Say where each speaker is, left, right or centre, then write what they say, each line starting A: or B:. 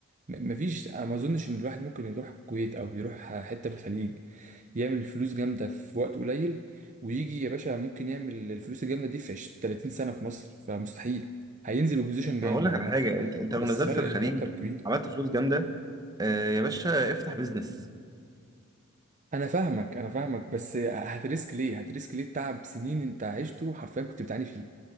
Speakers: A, on the right; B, on the right.
A: م- مفيش انا ما اظنش ان الواحد ممكن يروح الكويت او يروح حته في الخليج يعمل فلوس جامده في وقت قليل ويجي يا باشا ممكن يعمل الفلوس الجامده دي في 20 30 سنه في مصر فمستحيل هينزل بوزيشن جامد
B: ما هقول لك
A: عامه
B: على حاجه انت انت لو
A: بس
B: نزلت
A: فرق
B: الخليج
A: مرتب كبير
B: عملت فلوس جامده آه يا باشا افتح بيزنس
A: انا فاهمك انا فاهمك بس هتريسك ليه هتريسك ليه بتعب سنين انت عشته حرفيا كنت بتعاني فيه